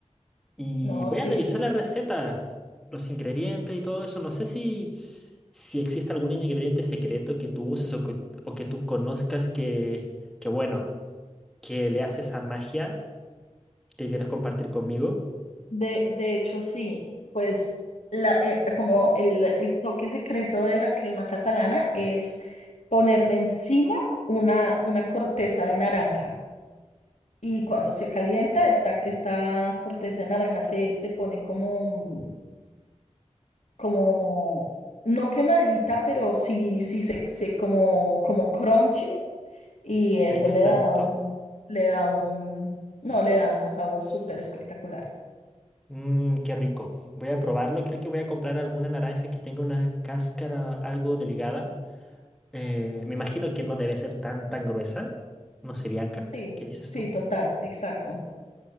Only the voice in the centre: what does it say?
Y
voy
a revisar
la receta, los ingredientes y todo eso. No sé si, si existe algún ingrediente secreto que tú uses o que, o que tú conozcas que, que, bueno, que le hace esa magia que quieres compartir conmigo.
Exacto.
Mm, qué rico. Voy a probarlo. Creo que voy a comprar alguna naranja que tenga una cáscara algo delgada. Eh, me imagino que no debe ser tan, tan gruesa. No sé, Bianca,
¿qué dices
tú?